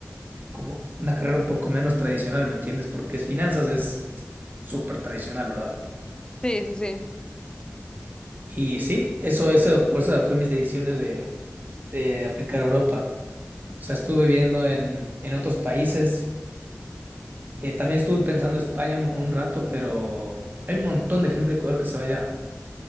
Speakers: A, on the right (about 40°); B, on the left (about 15°).
A: como una carrera un poco menos tradicional, ¿me entiendes? Porque es finanzas es súper tradicional, ¿verdad?
B: Sí, sí, sí.
A: Y sí, eso, eso, por eso fue mis decisiones de, de aplicar a Europa. O sea, estuve viendo en, en otros países. Eh, también estuve pensando en España un, un rato, pero hay un montón de gente de Ecuador que se vaya.